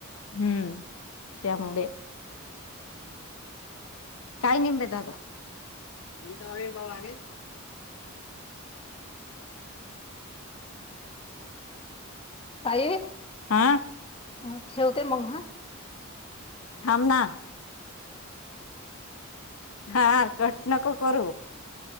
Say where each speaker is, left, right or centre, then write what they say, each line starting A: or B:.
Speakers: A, on the left; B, on the left.
A: हम्म त्यामुळे काय निमवे दादा तु बाबाने
B: तय
A: हा
B: अ ठेवते मग ह
A: थांब ना हा कट नक करू